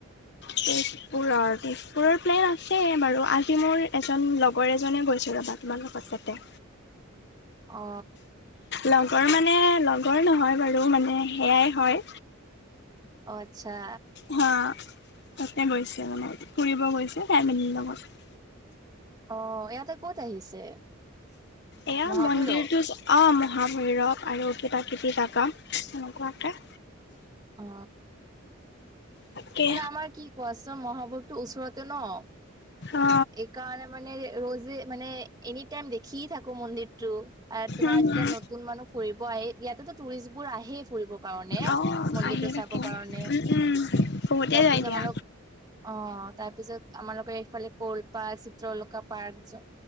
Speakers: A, on the left; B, on the right.
A: তেজপুৰৰ তেজপুৰৰ প্লেন আছে বাৰু আজি মোৰ এজন লগৰ এজনে গৈছে ৰবা। মানুহ পাছতে।
B: অ
A: লগৰ মানে লগৰ নহয় বাৰু মানে সেয়াই হয়।
B: অ আচ্ছা।
A: হা তাতে গৈছে মানে, ফুৰিব গৈছে ফেমিলিৰ লগত।
B: অ ইয়াতে ক'ত আহিছে?
A: এয়া
B: মহাভৈৰৱ
A: মন্দিৰটো অঁ মহাভৈৰৱ আৰু কিবা কিবি জাগা এনেকুৱাকে।
B: অ
A: তাকে
B: মানে আমাৰ কি কোৱা'চ মহাভবটো ওচৰতে ন।
A: অ
B: এইকাৰণে মানে ৰোজে মানে এনি টাইম দেখিয় থাকো মন্দিৰ টো, তোমাৰ
A: উম
B: যেতিয়া নতুন মানুহ ফুৰিব আহি, ইয়াতেতো টুৰিষ্ট বোৰ আহে ফুৰিব কাৰণে,
A: অ
B: মন্দিৰতটো
A: আহি থাকে
B: চাব
A: উম
B: কাৰণে। তাৰপিছত
A: উম বহুতে যায় দিয়া
B: আমালোক অ তাৰপিছত আমাৰালোকৰ এইফালে ক'ল পাৰ্ক, চিত্ৰলকা পাৰ্ক